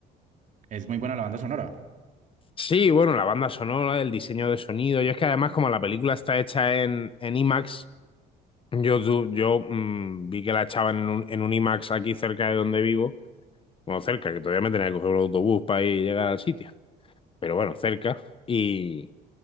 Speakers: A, on the right; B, on the left.
A: es muy buena la banda sonora.
B: Sí, bueno, la banda sonora, el diseño de sonido. Yo es que además, como la película está hecha en, en IMAX, yo, tu- yo mm, vi que la echaban en un, en un IMAX aquí cerca de donde vivo. Bueno, cerca, que todavía me tenía que coger un autobús para ir y llegar al sitio. pero bueno, cerca. Y,